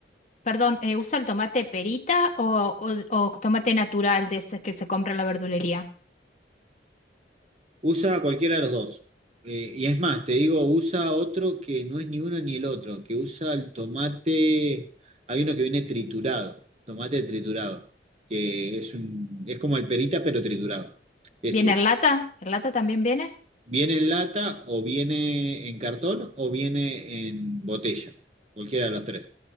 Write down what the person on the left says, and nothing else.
Perdón, eh, ¿usa el tomate perita o, o- o tomate natural de este que se compra en la verdulería?
¿Viene
en lata? ¿En lata también viene?